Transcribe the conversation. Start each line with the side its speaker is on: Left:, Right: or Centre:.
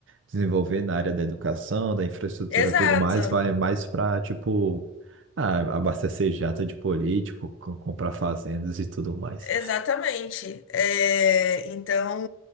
Right: desenvolver na área da educação, da infraestrutura,
Left: exato,
Right: e tudo mais, vai mais pra, tipo, ah, abastecer jato de político, co- comprar fazendas e tudo mais.
Left: exatamente. É, então,